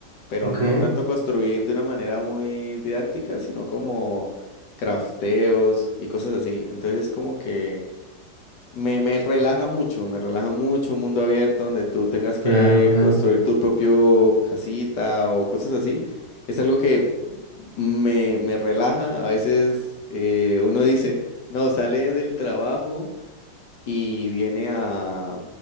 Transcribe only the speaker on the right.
Ok,
claro,
claro.